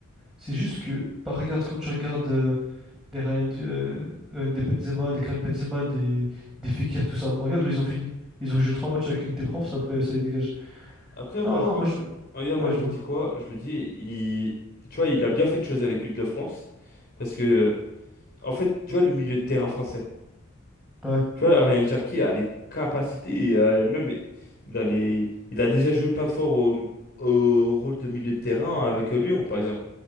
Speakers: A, in the centre; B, on the left (about 50°).
A: C'est juste que, bah, regarde, quand tu regardes euh, des Ryan, euh, euh, des Benzema, des Karim Benzema, des, des Fekir, tout ça, regarde où ils ont fini. Ils ont joué trois matchs avec Ligue des Profs, après, ça les dégage.
B: Après, moi,
A: Non,
B: je
A: non,
B: me...
A: moi, je...
B: Regarde,
A: ouais,
B: moi, je
A: dis-moi.
B: me dis quoi? Je me dis, il... tu vois, il a bien fait de choisir l'équipe de France. Parce que, en fait, tu vois, le milieu de terrain français.
A: Ouais,
B: Tu vois, Ryan Cherki a les capacités, et, euh, même, il a les... il a déjà joué plein de fois au... au rôle de milieu de terrain avec euh, Lyon, par exemple.